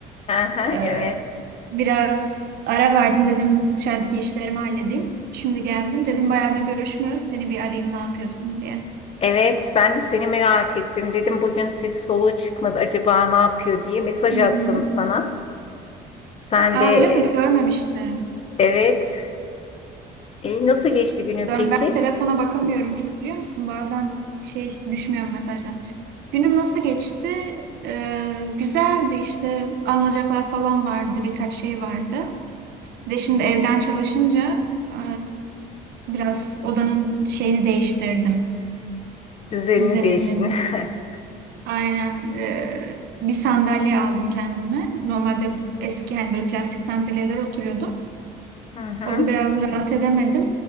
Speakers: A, on the left; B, on the right.
A: Aha,
B: Ee,
A: evet.
B: biraz ara verdim dedim dışarıdaki işlerimi halledeyim. Şimdi geldim dedim bayağıdır görüşmüyoruz seni bir arayayım ne yapıyorsun diye.
A: Evet, ben de seni merak ettim. Dedim bugün ses soluğu çıkmadı. Acaba ne yapıyor diye mesaj
B: Hı
A: attım
B: hı.
A: sana. Sen
B: Aa
A: de
B: öyle mi?
A: e,
B: Görmemiştim.
A: evet. E, nasıl geçti günün
B: Gör-
A: peki?
B: Ben telefona bakamıyorum çok biliyor musun? Bazen şey düşmüyor mesajlar. Günüm nasıl geçti? Ee, güzeldi işte alınacaklar falan vardı birkaç şey vardı. Bir de şimdi evden çalışınca e, biraz odanın şeyini değiştirdim.
A: Düzenini
B: Düzenini
A: değiştin.
B: mi
A: <laughs>
B: de. Aynen e, bir sandalye aldım kendime. Normalde eski hani böyle plastik sandalyelere oturuyordum.
A: Hı hı.
B: O da biraz rahat edemedim.